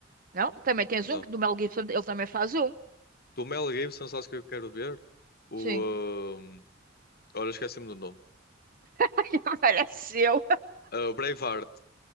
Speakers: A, on the right (about 45°); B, on the left (about 50°).
A: Não? Também tens
B: Não.
A: um que do Mel Gibson, ele também faz um.
B: Do Mel Gibson, sabes o que eu quero ver? O,
A: Sim.
B: ahm, olha, esqueci-me do nome.
A: <laughs> Apareceu.
B: Ah, o Braveheart.